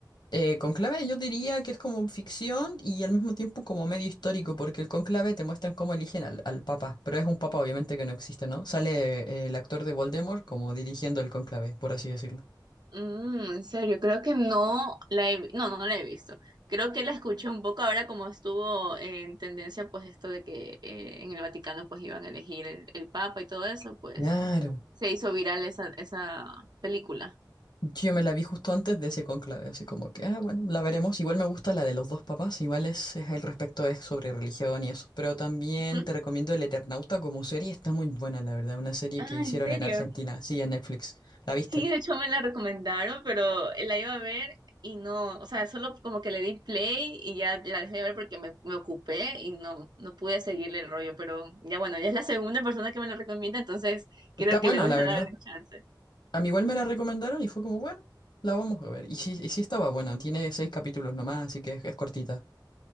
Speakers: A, on the left; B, on the right.
A: Eh, Conclave yo diría que es como ficción y al mismo tiempo como medio histórico, porque el conclave te muestran cómo eligen al, al papa, pero es un papa obviamente que no existe, ¿no? Sale eh, el actor de Voldemort como dirigiendo el conclave, por así decirlo.
B: Mm, en serio, creo que no la he, vi- no, no la he visto. Creo que la escuché un poco ahora como estuvo en tendencia pues esto de que eh, en el Vaticano pues iban a elegir el, el Papa y todo eso, pues
A: Claro.
B: se hizo viral esa, esa película.
A: Yo me la vi justo antes de ese conclave, así como que, ah, bueno, la veremos. Igual me gusta la de los dos papás, igual es, es el respecto es sobre religión y eso. Pero también
B: ¿Mm?
A: te recomiendo El Eternauta como serie, está muy buena, la verdad. Una serie
B: Ah,
A: que hicieron
B: ¿en serio?
A: en Argentina, sí, en Netflix. ¿La viste?
B: Sí, de hecho me la recomendaron, pero la iba a ver y no, o sea, solo como que le di play y ya la dejé de ver porque me, me ocupé y no, no pude seguirle el rollo, pero ya bueno, ya es la segunda persona que me lo recomienda, entonces creo
A: Está
B: que
A: buena,
B: le voy
A: la
B: a
A: verdad.
B: dar un chance.
A: A mí igual me la recomendaron y fue como, bueno, la vamos a ver. Y sí, y sí estaba buena, tiene seis capítulos nomás, así que es, es cortita.